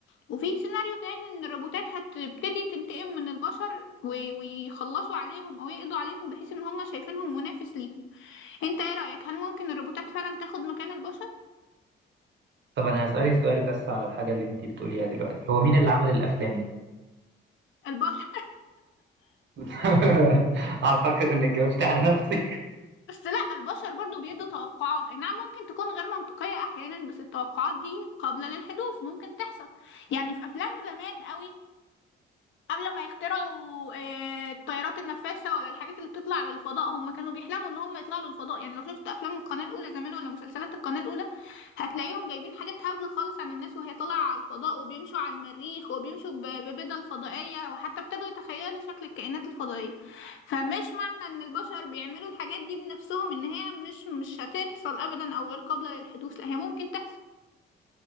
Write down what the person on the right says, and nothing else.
طب انا هسألك سؤال بس على الحاجة اللي انت بتقوليها دلوقتي هو مين اللي عمل الافلام دي
<laughs> اعتقد انك جاوبت على نفسك